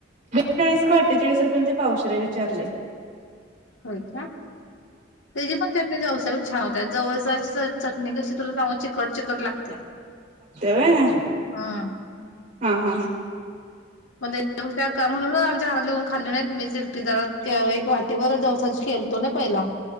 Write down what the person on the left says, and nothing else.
होय काय तेजी पण चटणी जवसाची छान होत्या जवसाची च चटणी कशी तुला सांगू चिकट चिकट लागत्या
हा
पण त्याच्यापेक्षा का म्हणून आमच्या घरातली कोण खाल्ली नाही मीच एकटी जरा ना एक वाटी भर जवसाची केलतो ना पहिला